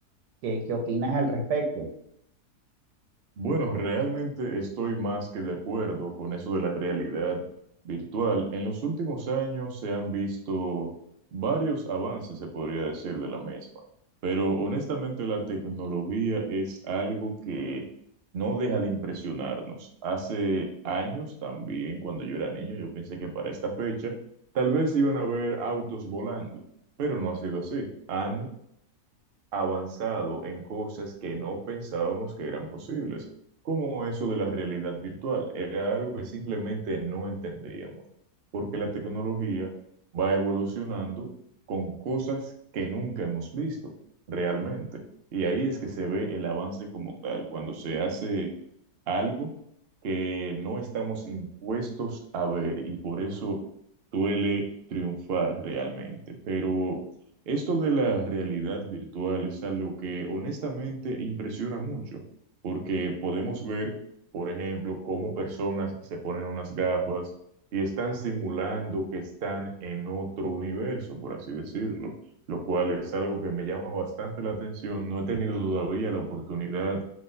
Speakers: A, on the right; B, on the right.
A: ¿Qué, qué opinas al respecto?
B: Bueno, realmente estoy más que de acuerdo con eso de la realidad virtual. En los últimos años se han visto varios avances, se podría decir, de la misma, pero honestamente la tecnología es algo que no deja de impresionarnos. Hace años también, cuando yo era niño, yo pensé que para esta fecha tal vez iban a haber autos volando, pero no ha sido así. Han avanzado en cosas que no pensábamos que eran posibles, como eso de la realidad virtual. Era algo que simplemente no entendíamos, porque la tecnología va evolucionando con cosas que nunca hemos visto realmente. Y ahí es que se ve el avance como tal, cuando se hace algo que no estamos impuestos a ver y por eso duele triunfar realmente. Pero esto de la realidad virtual es algo que honestamente impresiona mucho, porque podemos ver, por ejemplo, cómo personas se ponen unas gafas y están simulando que están en otro universo, por así decirlo, lo cual es algo que me llama bastante la atención. No he tenido todavía la oportunidad